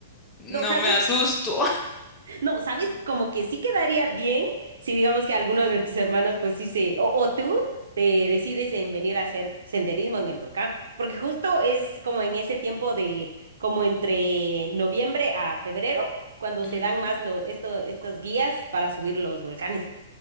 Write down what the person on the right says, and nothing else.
No, ¿sabes?
No, ¿sabes? Como que sí quedaría bien si digamos que alguno de tus hermanos, pues sí se, o, o tú te decides en venir a hacer senderismo en el volcán, porque justo es como en ese tiempo de, como entre noviembre a febrero, cuando
se dan más lo, esto, estas guías para subir los volcanes.